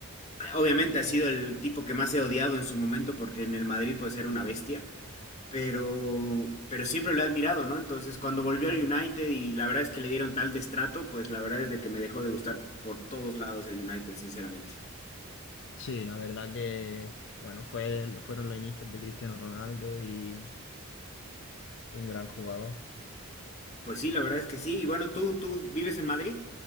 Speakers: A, on the left; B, on the left.
A: obviamente ha sido el tipo que más he odiado en su momento porque en el Madrid pues era una bestia, pero, pero siempre lo he admirado, ¿no? Entonces, cuando volvió al United y la verdad es que le dieron tal destrato, pues la verdad es de que me dejó de gustar por todos lados el United, sinceramente.
B: Sí, la verdad que, bueno, fue, fueron los inicios de Cristiano Ronaldo y un gran jugador.
A: Pues sí, la verdad es que sí. Y bueno, ¿tú, tú vives en Madrid?